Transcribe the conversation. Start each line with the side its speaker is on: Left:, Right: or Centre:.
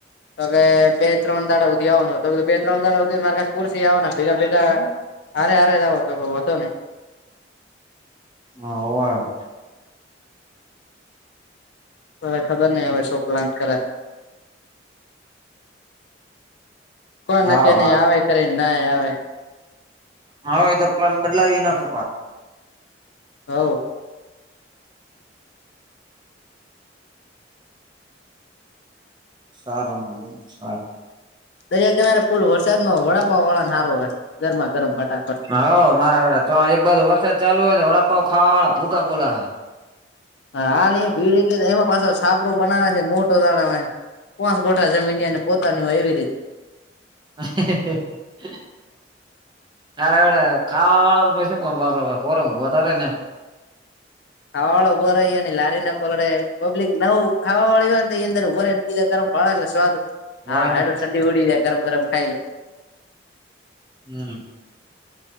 Left: તો કે બે-ત્રણ દાડા સુધી આવવાનું, બે-ત્રણ દાડાી મારે સી આવવાના. બ બેગા બ બેગા અરે અરે એ તો હોતો નને <unintelligible>
Right: હ. હ.
Left: હવે ખબર નઈ, હવે શો પ્લાન કરે. કો
Right: હા
Left: ના કે નહી આવે, કરે ના આવે.
Right: હાવે તો પ્લાન બદલાવી નાખ.
Left: હ.
Right: સારું, સારું.
Left: દરિયાકિનારે ફુલ વરસાદ ન વડાપા વળા નારો રહે, ગરમા-ગરમ ફટાફટ.
Right: હા, મારા વડા તો એક બાધો વરસાદ ચાલુ હોય, વડાપાવ ખાવા વાળા ભૂગા બોલા હોય.
Left: હાં, ભીડ એટલે એમાં પાસે આવ. છાપરું બનાવે છે, મોટો દણ છે, કોસ ગોઠા જમીનને પોતાની હોય એવી રીતે.
Right: હ. <unintelligible> અરે વડે ખાવા વાળા તો શું બાપડે હો હોતાારેે નેમ.
Left: ખાવા વાળા ઊભો રહી, અને લારી ના પલડે પબ્લિક નવ ખાવા વાળી હોય ને, એ અંદર ઉભ ર ને. ઈ ગરમ ભાળ એલા સ્વાદું. હા,
Right: વળી ના
Left: એડું ઠંડી ઉડી ગરમ-ગરમ ખાઈ લે.
Right: હમ <unintelligible>